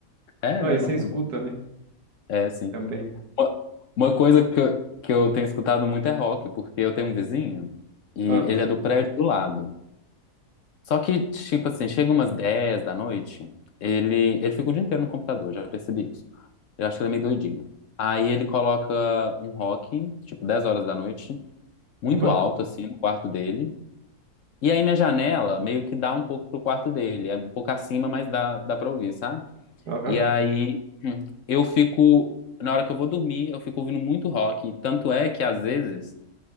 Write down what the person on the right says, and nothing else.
Não, aí
você escuta,
né?
Também.
Ah.
<laughs>
Aham.